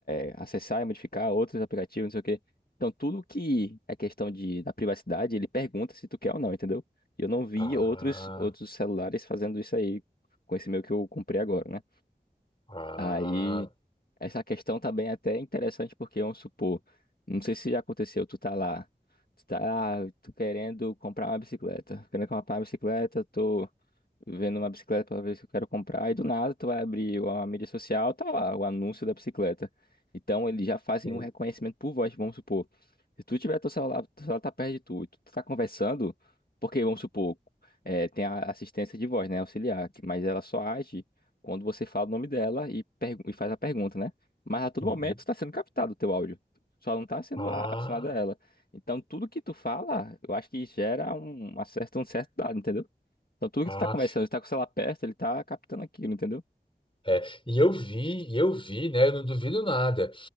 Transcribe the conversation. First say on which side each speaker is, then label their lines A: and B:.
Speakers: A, on the left; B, on the left.
A: é, acessar e modificar outros aplicativos, não sei o quê. Então tudo que é questão de, da privacidade, ele pergunta se tu quer ou não, entendeu? E eu não vi
B: Ah,
A: outros, outros celulares fazendo isso aí com esse meu que eu comprei agora, né?
B: ah,
A: Aí essa questão também é até interessante porque, vamos supor, não sei se já aconteceu, tu tá lá. Tu tá, ah, tô querendo comprar uma bicicleta. Querendo comprar uma bicicleta, tô vendo uma bicicleta pela vez que eu quero comprar, e do nada tu vai abrir a mídia social, tá lá o anúncio da bicicleta. Então eles já fazem
B: e-
A: um reconhecimento por voz, vamos supor. Se tu tiver teu celular, teu celular tá perto de tu, e tu tá conversando, porque vamos supor, é, tem a assistência de voz, né, auxiliar, que- mas ela só age quando você fala o nome dela e, pergu- e faz a pergunta, né? Mas a todo
B: uhum.
A: momento está sendo captado o teu áudio. Só não tá sendo
B: ah,
A: a- acionada ela. Então tudo que tu fala, eu acho que gera um, uma certa- um certo dado, entendeu? Então tudo
B: ah,
A: que tu tá começando, tu tá com o celular perto, ele tá captando aquilo, entendeu?
B: é. E eu vi, e eu vi, né? Eu não duvido nada